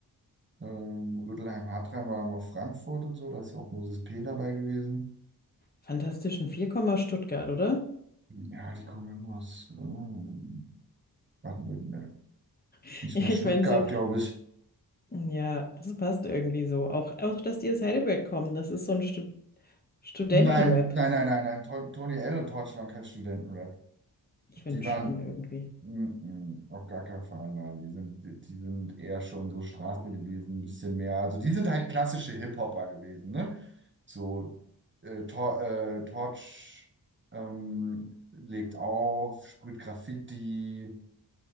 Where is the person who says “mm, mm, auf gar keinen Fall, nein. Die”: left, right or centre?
Right